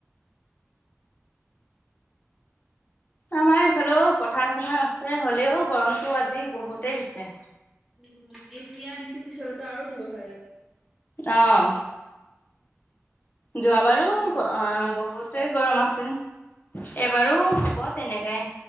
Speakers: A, on the left; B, in the centre.
A: আমাৰ এইফালেও পথাৰ চথাৰ আছে হ'লেও গৰমতটো আজি বহুতেই দিছে।
B: উম এতিয়া দিছে পিছলেতো আৰু দিব চাগে।
A: অহ। যোৱাবাৰো
B: এনেকে যে থাকিব মানুহবিলাক।
A: বহুতেই গৰম আছিল
B: উম,
A: এইবাৰু। তেনেকাই